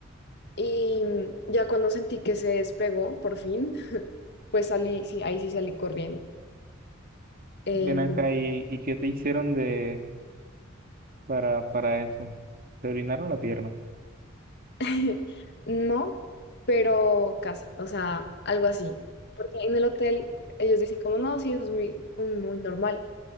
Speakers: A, on the left (about 55°); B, on the right (about 45°).
A: Y ya cuando sentí que se despegó, por fin, <laughs> pues salí, sí, ahí sí salí corriendo. Em,
B: Ven acá y, ¿y qué te hicieron de para, para eso? Te orinaron la pierna.
A: <laughs> no, pero casi, o sea, algo así. Porque en el hotel ellos dicen como, no, sí, eso es muy, muy, muy normal.